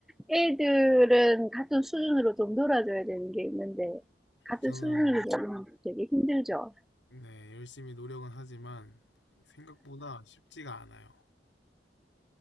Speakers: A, in the centre; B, on the left.
A: 애들은 같은 수준으로 좀 놀아줘야 되는 게 있는데, 같은
B: 저는
A: 수준으로 놀면 되게 힘들죠.
B: 네, 열심히 노력은 하지만 생각보다 쉽지가 않아요.